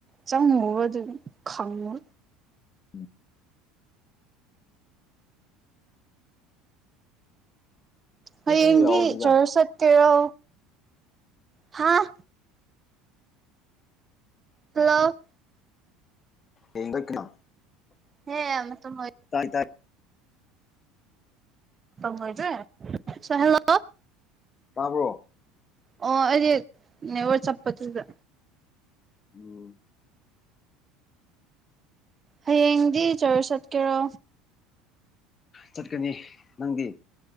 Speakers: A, on the right (about 30°); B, on the left (about 35°).
A: ꯆꯪꯉꯨꯕ ꯑꯗꯨꯝ ꯈꯪꯉꯨ
B: ꯎꯝ
A: ꯍꯌꯦꯡꯗꯤ
B: ꯏꯪ ꯏꯪ ꯂꯥꯎꯕꯗꯨꯗ
A: ꯆꯔꯁ ꯆꯠꯀꯦꯔꯣ ꯍꯥꯥ ꯍꯜꯂꯣ
B: ꯌꯦꯡꯗ ꯀꯅꯣ
A: ꯍꯦ ꯑꯃ ꯃ
B: ꯇꯥꯏ ꯇꯥꯏ
A: ꯄꯣꯏꯗ꯭ꯔꯦ ꯍꯜꯂꯣ
B: ꯇꯥꯕ꯭ꯔꯣ
A: ꯑꯣ ꯑꯗꯨꯗꯔ ꯆꯄꯇꯨꯗ
B: ꯎꯝ
A: ꯍꯌꯦꯡꯗꯤ ꯆꯔ ꯆꯠꯀꯦꯔꯣ
B: ꯆꯠꯀꯅꯤ ꯅꯪꯗꯤ